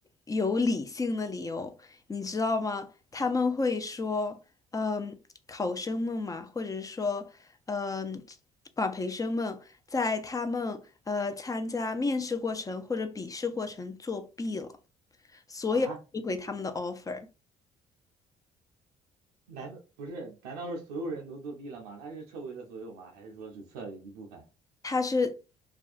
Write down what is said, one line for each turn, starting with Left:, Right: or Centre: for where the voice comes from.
Left: 有理性的理由，你知道吗？他们会说，嗯，考生们嘛，或者说，嗯，管培生们，在他们呃参加面试过程或者笔试过程作弊了，所以退回他们的
Right: 啊？
Left: offer。
Right: 难道不是？难道是所有人都作弊了吗？他是撤回了所有吗？还是说只撤了一部分？
Left: 他是